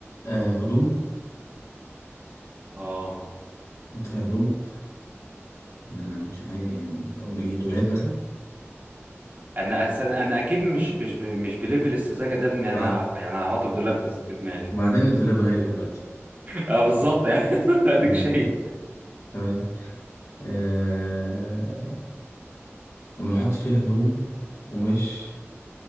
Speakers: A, on the left; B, on the right.
A: آه، هدوم
B: اه
A: نحط فيها هدوم ما أنا مش عارف يعني بقول إيه دولاب مثلا
B: انا أس- انا اكيد مش مش ب- مش بليفل السذاجه ده لان انا
A: صح
B: ه- يعني هحط الدولاب في في دماغي
A: وبعدين الدولاب غالي دلوقتي
B: اه بالظبط يعني <laughs> اديك
A: مم.
B: شايف
A: تمام آه، وبنحط فيها هدوم ومش